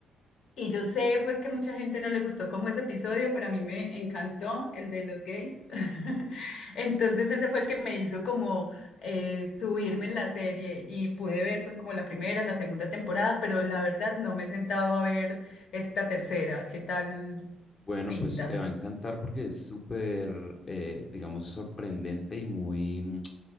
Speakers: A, on the left; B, on the left.
A: y yo sé pues que mucha gente no le gustó como ese episodio, pero a mí me encantó el de los gays. <laughs> Entonces ese fue el que me hizo como eh, subirme en la serie y pude ver pues como la primera, la segunda temporada, pero la verdad no me he sentado a ver esta tercera. ¿Qué tal
B: Bueno,
A: pinta?
B: pues te va a encantar porque es súper, eh, digamos, sorprendente y muy mm,